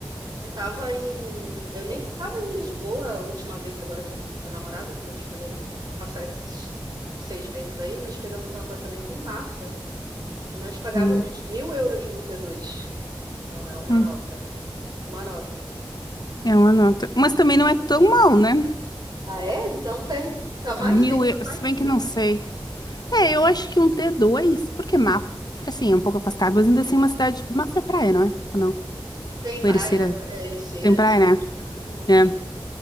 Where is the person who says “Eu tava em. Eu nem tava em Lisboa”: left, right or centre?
Right